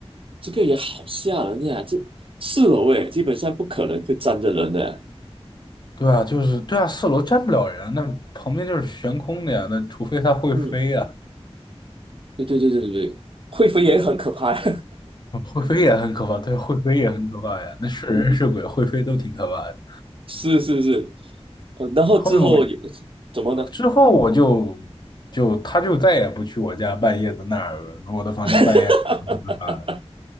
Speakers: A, on the right; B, on the left.
A: 这个也好吓人呀！这四楼诶，基本上不可能会站着人的、
B: 对啊，就是对啊，四楼站不了人啊那旁边就是悬空的呀，那除非他会飞呀，
A: 嗯对对对对对，会飞也很可怕呀！
B: 会飞也很可怕，对，会飞也很可怕呀，那是人是鬼，会飞都挺可怕的。
A: <laughs> 是是是，哦，然后之后有
B: 后面我
A: 怎么呢？
B: 之后我就就他就再也不去我家半夜的那儿，我的房间半夜
A: <laughs>
B: 啊，